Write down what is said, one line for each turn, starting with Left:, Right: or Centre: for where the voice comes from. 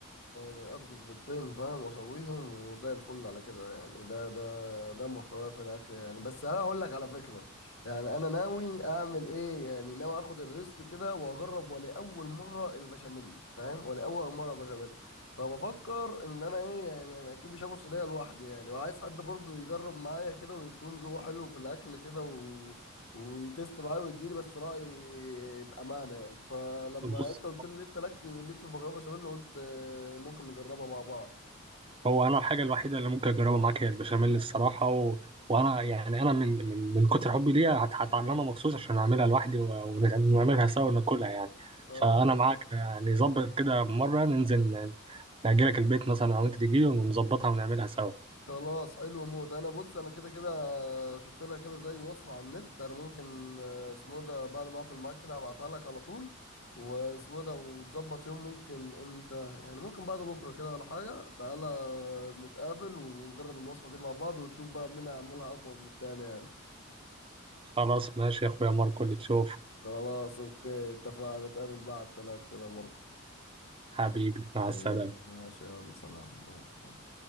Left: يعني اطبخ بالطين فاهم واسويهم وزي الفل على كده يعني ده ده ده محتواه في الاكل يعني بس انا هقول لك على فكره يعني انا ناوي اعمل ايه يعني ناوي اخد الريسك كده واجرب ولاول مره البشاميل فاهم ولاول مره البشاميل فبفكر ان انا ايه يعني اكيد مش هاكل صينيه لوحدي يعني وعايز حد برضو يجرب معايا كده ويكون ذوقه حلو في الاكل كده ويتست معايا ويديني بس رأي بأمانة يعني فلما
Right: بص
Left: انت قلت لي انت لك ليك في المكرونة بشاميل قلت آه، ممكن نجربها مع بعض
Right: هو انا الحاجه الوحيده اللي ممكن اجربها معاك هي البشاميل الصراحه و... وانا يعني انا من من من كتر حبي ليها هت- هتعلمها مخصوص عشان اعملها لوحدي و- ونت- ونعملها سوا وناكلها يعني
Left: خلاص
Right: فانا معاك يعني ظبط كده مره ننزل نأجلك البيت مثلا او انت تجيلي ونظبطها ونعملها سوا
Left: خلاص حلو موت انا بص انا كده كده شفت لها كده زي وصفة على النت انا ممكن آه، اسمه ده بعد ما اقفل معاك كده هبعتها لك على طول واسمه ده وتظبط يوم ممكن انت يعني ممكن بعد بكرة كده ولا حاجة تعالى نتقابل ونجرب الوصفة دي مع بعض وتشوف بقى مين هيعملها اقوى من التاني يعني
Right: خلاص ماشي يا اخويا ماركو اللي تشوف
Left: خلاص اوكي اتفقنا نتقابل بعد ثلاث كده مرة
Right: حبيبي مع
Left: حبيبي
Right: السلامه
Left: ما شاء الله سلام باي باي